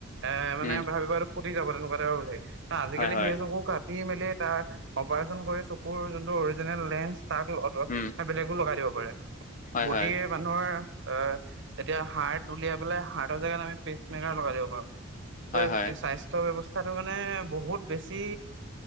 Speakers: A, on the right; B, on the left.
A: এ মানে
B: উম,
A: ভাবিব আৰু ফুটি যাব তেনেকুৱা এ বোলে। আজিকালি
B: হয়, হয়,
A: সেই চকু কাটি মেলি তাৰ অপাৰেচন কৰি চকুৰ যোনটো অৰিজিনেল লেন্স- তাক অত
B: উম,
A: বেলেগো লগাই দিব পাৰে
B: হয়,
A: বদিৰ-
B: হয়,
A: মানুহৰ আহ এতিয়া হাৰ্ উলিয়াই পেলাই হাৰ্ৰ জেগাত আমি পেষ্ট মেকাৰ লগাই দিব পাৰো। ত'
B: হয়, হয়,
A: স্বাস্থ্য ব্যস্থাটো মানে বহুত বেছি